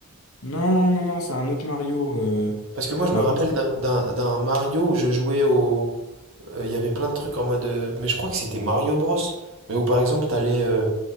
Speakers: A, on the left (about 75°); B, on the right (about 65°).
A: Non, non, non, c'est un autre Mario. euh,
B: Parce que moi, je
A: Mais
B: me
A: après,
B: rappelle
A: c'est-
B: d'un d'un- d'un Mario où je jouais au... euh, Il y avait plein de trucs en mode... euh, Mais je crois que c'était Mario Bros. Mais où, par exemple, t'allais... euh,